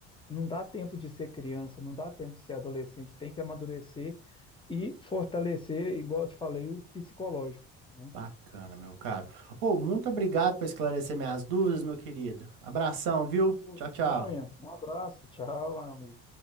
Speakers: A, on the left; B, on the right.
A: não dá tempo de ser criança, não dá tempo de ser adolescente, tem que amadurecer e fortalecer, igual eu te falei, o psicológico, né?
B: Bacana, meu caro. Ô, muito obrigado por esclarecer minhas dúvidas, meu querido. Abração, viu? Tchau,
A: Disponha.
B: tchau.
A: Um abraço, tchau, amigo.